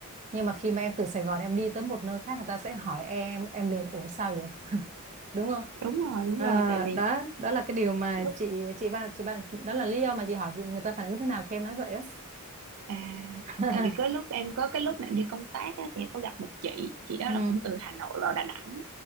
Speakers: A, on the right; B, on the right.
A: nhưng mà khi mà em từ Sài Gòn em đi tới một nơi khác người ta sẽ hỏi em em liền ủa sao vậy đúng không
B: đúng rồi đúng
A: à,
B: rồi tại vì
A: đó đó là cái điều mà
B: lúc
A: chị chị ban chị ban đó là lý do mà chị hỏi người ta phản ứng thế nào khi em nói vậy á
B: à
A: <laughs>
B: tại vì có lúc em có cái lúc mà em đi công tác á, thì em có gặp một chị chị đó
A: ừ
B: là cũng từ Hà Nội vào Đà Nẵng